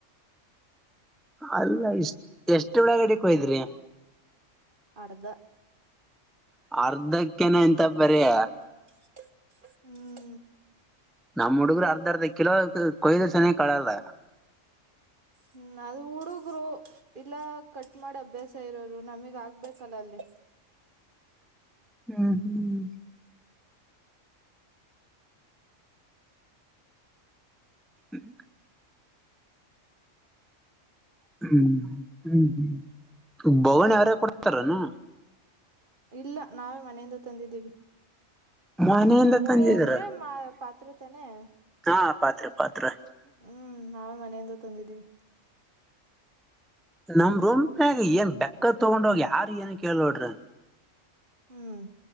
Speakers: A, in the centre; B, on the right.
A: ಅಲ್ಲ ಇಷ್ಟ್ ಎಷ್ಟ್ ಒಳಗಡೆಕ್ ಓದ್ರಿ
B: ಅರ್ಧ
A: ಅರ್ಧಕ್ಕೆನೆ ಎಂತ ಬರ್ಯ
B: ಹ್ಮ್
A: ನಮ್ಮ್ ಹುಡುಗ್ರು ಅರ್ಧ ಅರ್ಧ ಕಿಲೋ ಕೊಯ್ದಸನೇ ಕಳಲ್ಲ.
B: ಹ್ಮ ಅದು ಹುಡುಗ್ರು, ಇಲ್ಲಾ ಕಟ್ ಮಾಡಿ ಅಭ್ಯಾಸ ಇರೋರು ನಮಿಗ್ ಆಗ್ಬೇಕಲ್ಲ ಅಲ್ಲಿ.
A: ಹ್ಮ್ ಹ್ಮ್ ಹ್ಮ್ ಹ್ಮ್ ಹ್ಮ್ ಹ್ಮ್ <unintelligible> ಅವ್ರೇ ಕೊಡ್ತರೇನು?
B: ಇಲ್ಲ ನಾವೇ ಮನೆಯಿಂದ ತಂದಿದೀವಿ.
A: ಮನೆಯಿಂದ
B: ಬಗೋಣಿ
A: ತಂದಿದೀರ
B: ಅಂದ್ರೆ ಮಾ ಪಾತ್ರೆ ತನೇ?
A: ಹಾ ಪಾತ್ರೆ ಪಾತ್ರೆ.
B: ಹ್ಮ್ ನಾವ್ ಮನೆಯಿಂದ ತಂದಿದೀವಿ
A: ನಮ್ ರೂಮ್ನ್ಯಾಗ್ ಏನ್ ಬೆಕ್ಕದ್ ತೊಗೊಂಡ್ ಹೋಗಿ ಯಾರು ಏನು ಕೇಳೋಡ್ರು.
B: ಹ್ಮ್